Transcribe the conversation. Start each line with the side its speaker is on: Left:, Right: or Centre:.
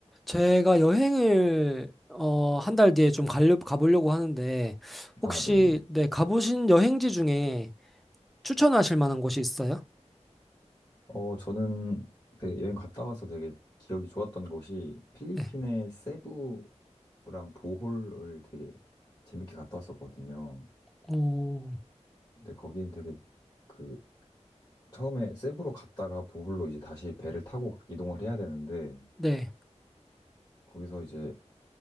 Centre: 제가 여행을 어, 한 달 뒤에 좀 가려, 가보려고 하는데 혹시
Left: 아, 네.
Centre: 네, 가보신 여행지 중에 추천하실 만한 곳이 있어요?
Left: 어, 저는 되게 여행 갔다 와서 되게 기억이 좋았던 곳이 필리핀의
Centre: 네.
Left: 세부랑 보홀을 되게 재밌게 갔다 왔었거든요.
Centre: 오.
Left: 근데 거긴 되게 그 처음에 세부로 갔다가 보홀로 이제 다시 배를 타고 이동을 해야 되는데
Centre: 네.
Left: 거기서 이제